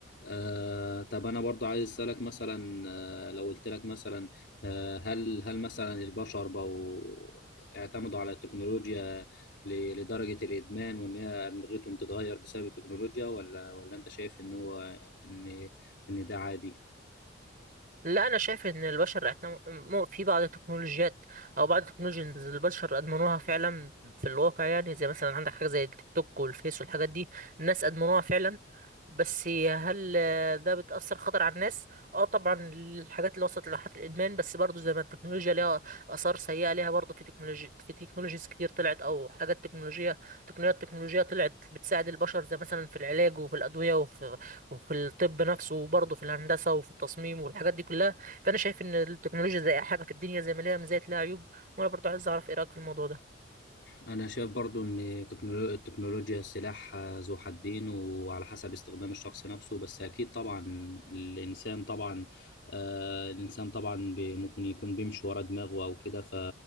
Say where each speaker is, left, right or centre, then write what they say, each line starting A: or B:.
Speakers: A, on the left; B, on the right.
A: آه طب أنا برضو عايز أسألك مثلا آه لو قلت لك مثلا آه هل هل مثلا البشر بقوا اعتمدوا على التكنولوجيا ل- لدرجة الإدمان وإن هي أدمغتهم تتغير بسبب التكنولوجيا ولا ولا أنت شايف إن هو إن إن ده عادي؟
B: لا انا شايف ان البشر احنا م- م- في بعض التكنولوجيات او بعض التكنولوجيز البشر ادمنوها فعلا في الواقع يعني زي مثلا عندك حاجه زي التيك توك والفيس والحاجات دي الناس ادمنوها فعلا بس هل آه، ده بتأثر خطر على الناس؟ اه طبعا الحاجات اللي وصلت لمرحلة الإدمان بس برضو زي ما التكنولوجيا ليها آثار سيئة ليها برضو في تكنولوجي في تكنولوجيز كتير طلعت أو حاجات تكنولوجية تقنيات تكنولوجية طلعت بتساعد البشر زي مثلا في العلاج وفي الأدوية وفي وفي الطب نفسه وبرضو في الهندسة وفي التصميم والحاجات دي كلها فأنا شايف إن التكنولوجيا زي أي حاجة في الدنيا زي ما ليها مزايا ليها عيوب وأنا برضو عايز أعرف إيه رأيك في الموضوع ده
A: أنا شايف برضو إن تكنولو- التكنولوجيا سلاح آه، ذو حدين وعلى حسب استخدام الشخص نفسه بس أكيد طبعا الإنسان طبعا آه الإنسان طبعا بي- ممكن يكون بيمشي ورا دماغه أو كده ف